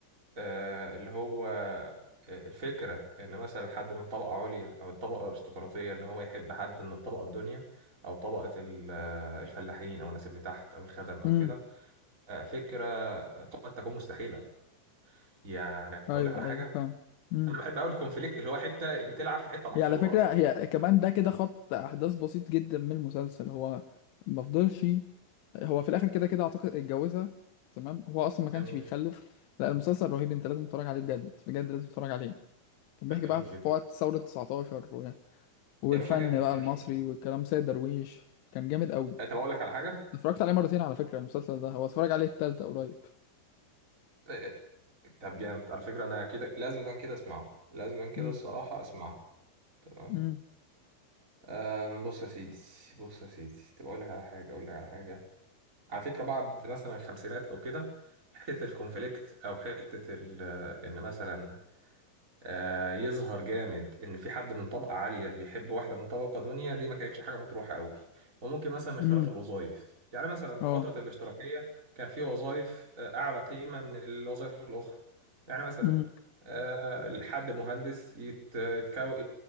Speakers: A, on the right; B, on the left.
A: آه، اللي هو آه، الفكره ان مثلا حد من طبقه عليا او الطبقه الارستقراطيه ان هو يحب حد من الطبقه الدنيا او طبقه ال- آه، الفلاحين او الناس اللي تحت او الخدم او
B: مم.
A: كده آه، فكره قد تكون مستحيله يعني
B: أيوه
A: اقول لك على حاجه
B: أيوه فاهم مم.
A: انا بحب قوي الكونفليكت اللي هو حته بتلعب في حته محظوره
B: هي على فكرة
A: اصلا
B: هي كمان ده كده خط أحداث بسيط جدا من المسلسل هو ما فضلش هو في الآخر كده كده أعتقد اتجوزها تمام هو أصلا ما كانش
A: جميل
B: بيخلف لا المسلسل رهيب أنت لازم تتفرج عليه بجد بجد لازم تتفرج عليه كان
A: طب
B: بيحكي
A: جميل
B: بقى في
A: جدا
B: وقت ثورة 19 والفن
A: يا باشا جامد
B: بقى
A: يا
B: المصري
A: باشا جامد
B: والكلام سيد درويش كان جامد قوي
A: أه، طب اقول لك على حاجه
B: اتفرجت عليه مرتين على فكرة المسلسل ده هو اتفرج عليه التالتة قريب
A: أه، طب جامد على فكره انا كده لازما كده اسمعه لازما كده
B: امم
A: الصراحه اسمعه تمام
B: امم
A: أم، بص يا سيدي بص يا سيدي طب اقول لك على حاجه اقول لك على حاجه على فكره بعد مثلا الخمسينات او كده حته الكونفليكت او حته ال- ان مثلا آه، يظهر جامد ان في حد من طبقه عاليه بيحب واحده من طبقه دنيا دي ما كانتش حاجه مطروحه قوي وممكن مثلا اختلاف
B: امم
A: الوظائف يعني مثلا في
B: اه
A: فتره الاشتراكيه كان في وظائف آه، اعلى قيمه من الوظائف الاخرى يعني مثلا
B: امم
A: آه، الحد مهندس يت- يتكو...